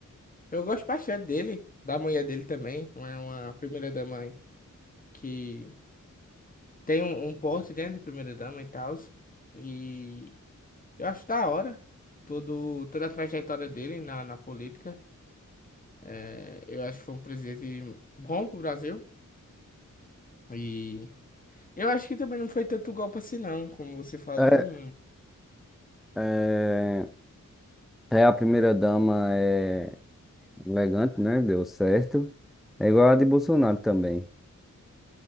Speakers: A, on the left; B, in the centre.
A: eu gosto bastante dele, da mulher dele também, é uma primeira-dama aí, que tem um, um porte dentro de primeira-dama e tal. E eu acho da hora todo, toda a trajetória dele na, na política. É, eu acho que foi um presidente bom pro Brasil. E eu acho que também não foi tanto golpe assim, não, como você falou.
B: É,
A: Não...
B: é, é, a primeira dama é elegante, né? Deu certo. É igual a de Bolsonaro também.